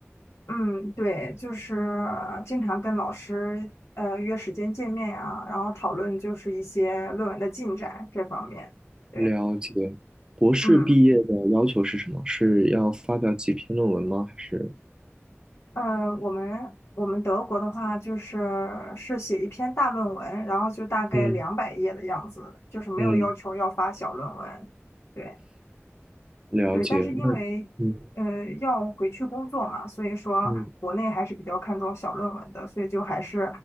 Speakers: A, on the left; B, on the right.
A: 嗯，对，就是经常跟老师呃约时间见面呀，然后讨论就是一些论文的进展这方面。对，
B: 了解。博士毕业的要求是什么？
A: 嗯
B: 是要发表几篇论文吗？还是？
A: 呃，我们我们德国的话就是是写一篇大论文，然后就大概两百页的样子，
B: 嗯
A: 就是没有要求要发小论文。
B: 嗯，
A: 对。
B: 了解。
A: 对，但是因为呃要回去工作嘛，
B: 那嗯
A: 所以说国内还是比较看重小论文的，
B: 嗯
A: 所以就还是